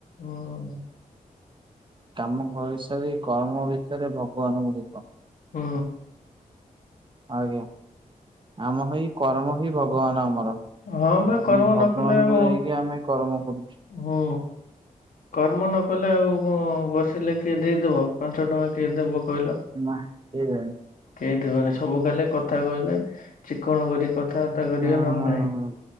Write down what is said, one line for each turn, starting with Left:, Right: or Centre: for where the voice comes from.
Left: ହୁଁ।
Right: କାମ କରିସାରି କର୍ମ ଭିତରେ ଭଗବାନଙ୍କୁ ଦେଖ।
Left: ହୁଁ।
Right: ଆଜ୍ଞା ଆମ ହେଇ କର୍ମ ହିଁ ଭଗବାନ ଆମର। ନା
Left: ହଁ ବା କର୍ମ
Right: ଭଗବାନଙ୍କୁ
Left: ନ କଲେ ଆଉ
Right: ନେଇକି ଆମେ କର୍ମ କରୁଛୁ।
Left: ହୁଁ। କର୍ମ ନକଲେ ଆଉ କଣ ବସିଲେ କିଏ ଦେଇଦବ ପାଞ୍ଚ ଟଙ୍କା କିଏ ଦେବ କହିଲ।
Right: ନା କେହି ଦେବେନି।
Left: କେହି ଦେବେନି ସବୁ ଖାଲି କଥା କହିବେ ଚିକଣ କରି କଥାବାର୍ତ୍ତା କରିବେ
Right: ହୁଁ
Left: ନହେଲେ ନାହିଁ।
Right: ହୁଁ